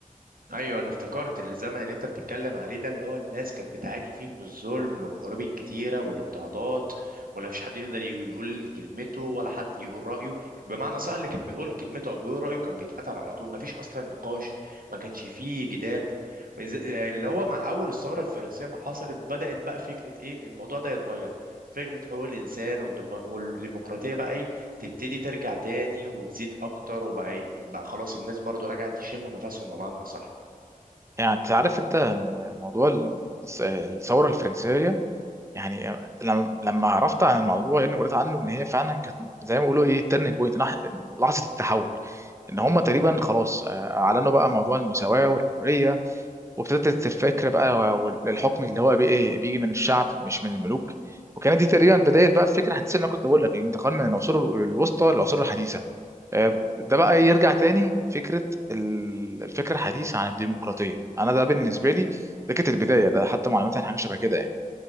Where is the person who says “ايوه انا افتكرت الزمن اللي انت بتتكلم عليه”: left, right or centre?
Right